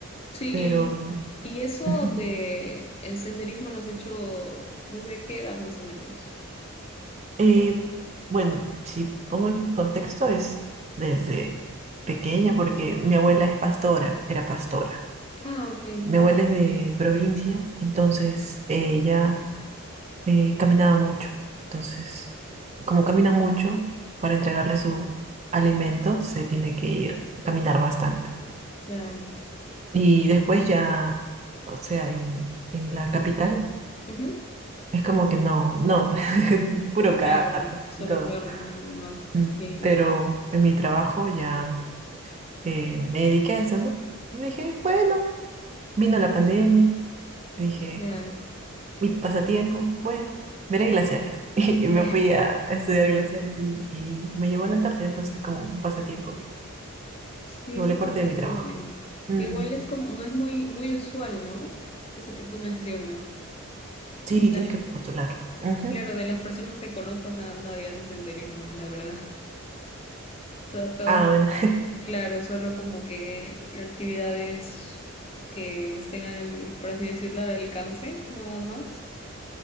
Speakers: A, on the left; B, on the right.
A: Sí,
B: Pero
A: y, y eso
B: ujú.
A: de el senderismo lo has hecho desde qué edad más o menos.
B: Eh, bueno, si pongo en contexto es desde pequeña, porque mi abuela es pastora, era pastora.
A: Ah, ok,
B: Mi abuela es de provincia, entonces ella eh, caminaba mucho. Entonces, como camina mucho, para entregarle su alimento se tiene que ir a caminar bastante.
A: claro.
B: Y después ya, o sea, en, en la capital,
A: Ujú,
B: es como que no, no, <laughs> pues, puro
A: Claro,
B: carro
A: solo
B: y todo.
A: carro nada más,
B: Mm,
A: sí,
B: Pero en mi trabajo ya eh, me dediqué a eso, ¿no? Dije, bueno, vino la pandemia, dije
A: claro.
B: mi pasatiempo, bueno, veré glaciares. <laughs> Y me
A: <laughs>
B: fui a a estudiar glaciares y, y me llevó a la Antártida, entonces como un pasatiempo que
A: Sí,
B: se volvió
A: súper
B: parte
A: chévere.
B: de mi trabajo. Mm,
A: Igual es como, no es muy, muy usual, ¿no? Eso que tú mencionas. Muchas,
B: sí, tienes que postular. Ujú.
A: claro, de las personas que conozco, na- nadie hace senderismo, la verdad. <laughs> Todo, todo,
B: Ah, bueno,
A: claro, solo como que actividades que estén, al- por así decirlo, al alcance, nada más,